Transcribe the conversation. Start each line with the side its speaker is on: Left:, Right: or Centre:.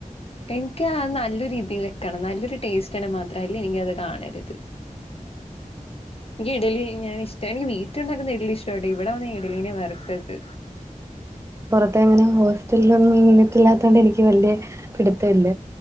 Left: എനിക്ക് നല്ലൊരു രീതിയിൽ വെക്കണം നല്ലൊരു ടേസ്റ്റ് ആണ് മാത്രല്ല എനിക്ക അത് കാണരുത് ഇ ഡല ഞാന ഇഷ്ട എക്ക് വീട്ടുണ്ടാക്കുന്ന വെി ഇഷ്ടട്ട ഇവിടെ വന്ന് വറത്തത്
Right: ങ്ങനെ ഹോസ്റ്റലിലന്നും നിന്നിട്ടില്ലാത്തോണ്ട് എനിക്ക് വല്ിയ പിടുത്തം ഇല്ല